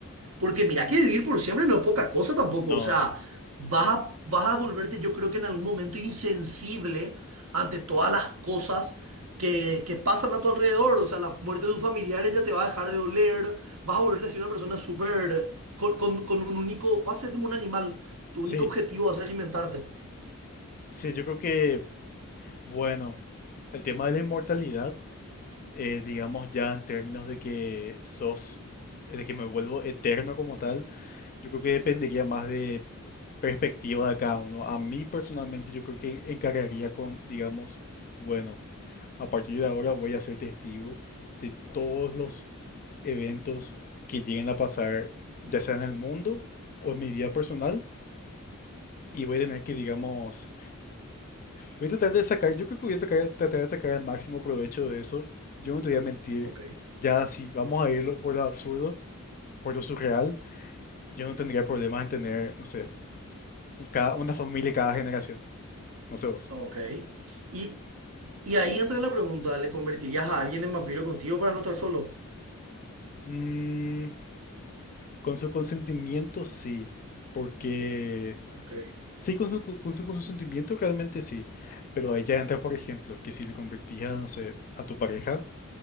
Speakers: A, on the right (about 70°); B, on the left (about 40°).
A: Porque mira
B: mm,
A: que vivir por siempre no es poca cosa tampoco.
B: no,
A: O sea, vas a, vas a volverte, yo creo que en algún momento insensible ante todas las cosas que, que pasan a tu alrededor. O sea, la muerte de tus familiares ya te va a dejar de doler. Vas a volverte así una persona súper, con, con, con un único, vas a ser como un animal. Tu
B: sí,
A: único objetivo va a ser alimentarte.
B: sí, yo creo que, bueno, el tema de la inmortalidad, eh, digamos ya en términos de que sos, eh, de que me vuelvo eterno como tal, yo creo que dependería más de perspectiva de cada uno. A mí personalmente yo creo que encargaría con, digamos, bueno, a partir de ahora voy a ser testigo de todos los eventos que lleguen a pasar, ya sea en el mundo o en mi vida personal y voy a tener que, digamos, Voy a tratar de sacar, yo creo que voy a sacar- tratar de sacar el máximo provecho de eso. Yo no te voy a mentir,
A: Ok.
B: ya si vamos a irlo por lo absurdo, por lo surreal, yo no tendría problemas en tener, no sé, un- cada, una familia cada generación, no sé vos.
A: Ok. Y, y ahí entra la pregunta, ¿le convertirías a alguien en vampiro contigo para no estar solo?
B: Mm, con su consentimiento sí, porque
A: Ok.
B: sí, con su, con su consentimiento realmente sí, pero ahí ya entra, por ejemplo, que si le convertís a, no sé, a tu pareja,